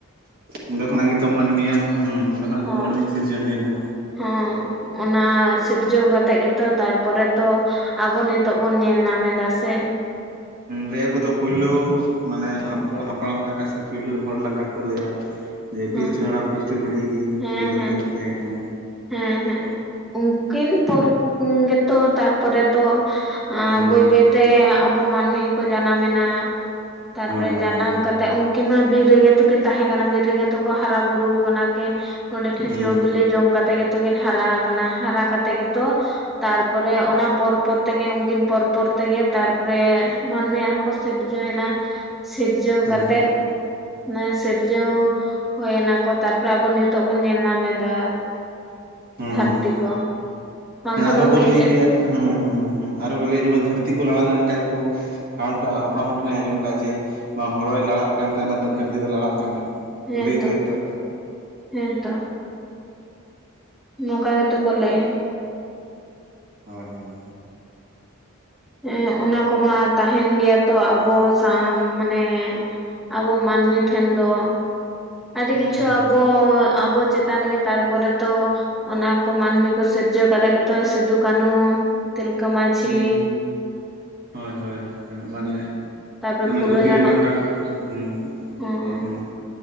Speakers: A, on the right; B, in the centre.
A: ᱚᱸᱰᱮ ᱠᱷᱚᱱᱟᱜ ᱜᱮᱛᱚ ᱢᱟᱹᱱᱢᱤᱭᱟᱜ ᱚᱸᱰᱮ ᱠᱷᱚᱱᱟᱜ
B: ᱦᱚᱸ
A: ᱜᱮ ᱢᱟᱹᱱᱢᱤᱭᱟᱜ ᱥᱤᱨᱡᱚᱱ ᱦᱩᱭᱱᱟ᱾
B: ᱦᱚᱸ ᱚᱱᱟ ᱥᱤᱨᱡᱟᱹᱣ ᱠᱟᱛᱮᱜ ᱜᱮᱛᱚ ᱛᱟᱨᱯᱚᱨᱮ ᱛᱚ, ᱟᱵᱚ ᱱᱤᱛᱚᱜ ᱵᱚᱱ ᱧᱮᱞ ᱧᱟᱢ ᱮᱫᱟ ᱥᱮ᱾
A: ᱞᱟᱹᱭ ᱟᱠᱚ ᱛᱚ ᱯᱳᱭᱞᱳ ᱢᱟᱱᱮ ᱦᱟᱯᱲᱟᱢ ᱞᱮᱠᱟ ᱥᱮ ᱯᱳᱭᱞᱳ ᱦᱚᱲ ᱞᱮᱠᱟ ᱠᱚ ᱞᱟᱹᱭᱟ, ᱡᱮ
B: ᱦᱮᱸ
A: ᱯᱤᱞᱪᱩ ᱦᱟᱲᱟᱢ ᱯᱤᱞᱪᱩ ᱵᱩᱰᱷᱤ ᱜᱮ
B: ᱦᱮᱸ
A: ᱯᱩᱭᱞᱟᱹ
B: ᱦᱮᱸ
A: ᱠᱤᱱ ᱛᱟᱦᱮᱸ ᱠᱟᱱᱟ᱾
B: ᱦᱮᱸ ᱦᱮᱸ ᱩᱱᱠᱤᱱ ᱯᱚᱨ ᱜᱮᱛᱚ ᱛᱟᱨᱯᱚᱨᱮ ᱛᱚ,
A: ᱦᱩᱸ
B: ᱵᱟᱹᱭ
A: ᱦᱩᱸ
B: ᱵᱟᱹᱭ ᱛᱮ ᱟᱵᱚ ᱢᱟᱹᱱᱢᱤᱠᱚ ᱡᱟᱱᱟᱢ ᱮᱱᱟ ᱛᱟᱨᱯᱚᱨᱮ
A: ᱦᱳᱭ ᱦᱳᱭ
B: ᱡᱟᱱᱟᱢ
A: ᱦᱳᱭ
B: ᱠᱟᱛ ᱛᱮᱜ ᱩᱱᱠᱤᱱ ᱢᱟ ᱵᱤᱨ ᱨᱮᱜᱮ ᱛᱚᱠᱤᱱ ᱛᱟᱦᱮᱸ ᱠᱟᱱᱟ ᱵᱤᱨ ᱨᱮᱜᱮ ᱛᱚᱠᱚ ᱦᱟᱨᱟ ᱵᱩᱨᱩ ᱠᱟᱱᱟ᱾ ᱠᱤᱱ ᱱᱚᱰᱮ ᱴᱷᱮᱱ
A: ᱦᱩᱸ
B: ᱡᱚᱼ ᱵᱤᱞᱤ ᱡᱚᱢ ᱠᱟᱛᱮᱜ ᱜᱮᱛᱚ ᱠᱤᱱ ᱦᱟᱨᱟ ᱟᱠᱟᱱᱟ ᱦᱟᱨᱟ ᱠᱟᱛᱮᱜ ᱜᱮᱛᱚ, ᱛᱟᱨᱯᱚᱨᱮ ᱚᱱᱟ ᱯᱚᱨ ᱯᱚᱨ ᱛᱮᱜᱮ ᱩᱱᱠᱤᱱ ᱯᱚᱨ ᱯᱚᱨ ᱛᱮᱜᱮ ᱛᱟᱨᱯᱚᱨᱮ ᱢᱟᱹᱱᱢᱤ ᱟᱨ, ᱠᱚ ᱥᱤᱨᱡᱟᱣᱮᱱᱟ᱾ ᱥᱤᱨᱡᱟᱹᱣ
A: ᱦᱩᱸ
B: ᱠᱟᱛᱮᱜ
A: ᱦᱩᱸ
B: ᱚᱱᱮ ᱥᱤᱨᱡᱟᱹᱣ ᱦᱩᱭ ᱱᱟᱠᱚ ᱛᱟᱨ ᱯᱚᱨᱮ ᱟᱵᱚ ᱱᱤᱛᱚᱜ ᱵᱚᱱ ᱧᱮᱞ ᱧᱟᱢᱮᱫᱟ
A: ᱦᱩᱸ
B: ᱫᱷᱟᱹᱨᱛᱤ ᱠᱚ᱾ ᱵᱟᱝᱠᱷᱟᱱ
A: ᱦᱮᱸ ᱟᱨᱚ
B: ᱫᱚ ᱩᱱᱠᱤᱱ
A: ᱠᱚ ᱞᱟᱹᱭ ᱠᱮᱭᱟ ᱦᱩᱸ ᱦᱩᱸ ᱟᱨᱚ ᱠᱚ ᱞᱟᱹᱭᱟ ᱡᱮᱢᱚᱱ ᱫᱷᱟᱹᱨᱛᱤ ᱠᱚ ᱞᱟᱲᱟ ᱞᱮᱱᱠᱷᱟᱭ ᱫᱚᱠᱚ, ᱦᱟᱲᱟᱢ ᱴᱟᱜ ᱦᱟᱯᱲᱟᱢ ᱦᱚᱲ ᱴᱷᱮᱱᱱᱟᱜᱮ ᱟᱸᱡᱚᱢ ᱠᱟᱜᱼᱟ ᱡᱮ ᱵᱟᱝ ᱦᱚᱨᱚᱭ ᱞᱟᱲᱟᱜ ᱠᱟᱱ ᱛᱟᱦᱮᱱᱟᱛᱚ ᱫᱷᱟᱹᱨᱛᱤ ᱫᱚ ᱞᱟᱲᱟᱜ ᱠᱟᱱᱟ᱾
B: ᱦᱮᱸᱛᱚ
A: ᱞᱟᱹᱭ ᱜᱮᱭᱟ ᱛᱚ
B: ᱦᱮᱸᱛᱚ᱾ ᱱᱚᱝᱠᱟ ᱜᱮᱛᱚ ᱠᱚ ᱞᱟᱹᱭᱟ,
A: ᱦᱚᱭ ᱦᱚᱭ
B: ᱦᱮᱸ ᱚᱱᱟ ᱠᱚᱢᱟ ᱛᱟᱦᱮᱱ ᱜᱮᱭᱟ ᱛᱚ ᱟᱵᱚ ᱥᱟᱶ ᱢᱟᱱᱮ, ᱟᱵᱚ ᱢᱟᱹᱱᱢᱤ ᱴᱷᱮᱱ ᱫᱚ ᱟᱹᱰᱤ
A: ᱦᱩᱸ
B: ᱠᱤᱪᱷᱩ
A: ᱦᱩᱸ
B: ᱟᱵᱚ ᱟᱵᱚ ᱪᱮᱛ, ᱛᱟᱱ ᱨᱮᱜᱮ ᱛᱟᱨᱯᱚᱨᱮ ᱛᱚ ᱚᱱᱟ ᱠᱚ ᱢᱟᱹᱱᱢᱤ ᱠᱚ ᱥᱤᱨᱡᱟᱹᱣ ᱠᱟᱛᱮᱜ ᱜᱮᱛᱚ ᱥᱤᱫᱩ ᱠᱟᱹᱱᱦᱩ ᱛᱤᱞᱠᱟᱹ ᱢᱟᱺᱡᱷᱤ
A: ᱦᱩᱸ ᱦᱳᱭ ᱦᱳᱭ ᱦᱳᱭ, ᱦᱚᱭ ᱢᱟᱱᱮᱜ
B: ᱛᱟᱨᱯᱚᱨᱮ
A: ᱚᱱᱮ
B: ᱯᱷᱩᱞᱳ
A: ᱜᱚ ᱵᱤᱨ
B: ᱡᱷᱟᱱᱚ
A: ᱵᱟᱱᱴᱟ ᱠᱚ ᱦᱩᱸ
B: ᱦᱮᱸ
A: <unintelligible>